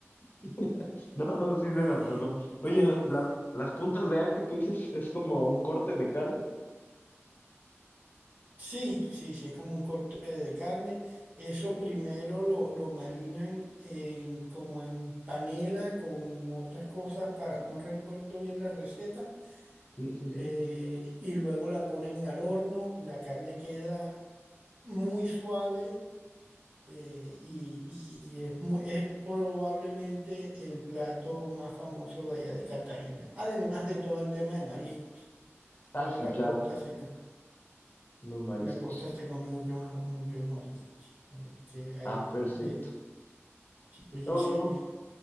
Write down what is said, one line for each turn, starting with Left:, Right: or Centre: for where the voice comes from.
Left: <laughs> No, no, sí se
Right: Eh,
Left: me antojó. Oye,
Right: con,
Left: la- la- las puntas de anca que dices es como un corte de carne.
Right: sí, sí, sí, es como un corte de carne. Eso primero lo, lo marinan en, como en panela con otras cosas para, no recuerdo bien la receta
Left: Sí, sí,
Right: eh,
Left: sí.
Right: y luego la ponen al horno, la carne queda muy suave eh, y, y- y es, mu- es probablemente el plato más famoso de allá de Cartagena, además de todo el tema de mariscos, toda
Left: Ah, sí,
Right: la
Left: claro,
Right: costa se, co-
Left: los mariscos.
Right: la costa se come muchos, muchos mariscos. Este, hay,
Left: Ah, perfecto.
Right: eh, sí, sí,
Left: No,
Right: sí.
Left: no, no.